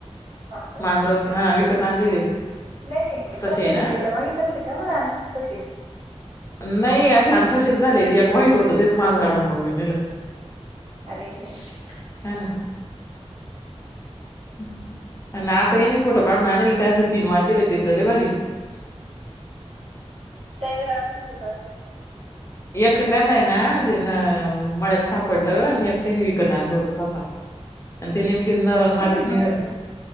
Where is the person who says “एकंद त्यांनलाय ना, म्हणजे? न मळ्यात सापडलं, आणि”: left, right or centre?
Left